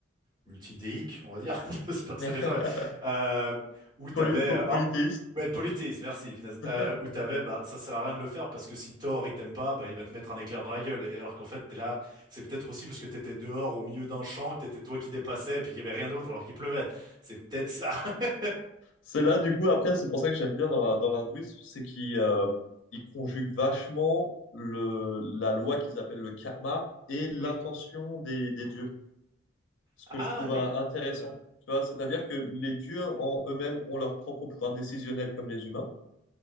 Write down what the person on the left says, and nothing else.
<laughs>
Poly- po-
polythéiste.
<laughs>
C'est là, du coup, après, c'est pour ça que j'aime bien dans la- dans l'hindouisme, c'est qu'ils euh, ils conjuguent vachement le, la loi qu'ils appellent le karma et l'intention
des, des dieux, ce
que je trouve
euh,
intéressant.
Tu vois, c'est-à-dire que les dieux en eux-mêmes ont leur propre pouvoir décisionnel comme les humains,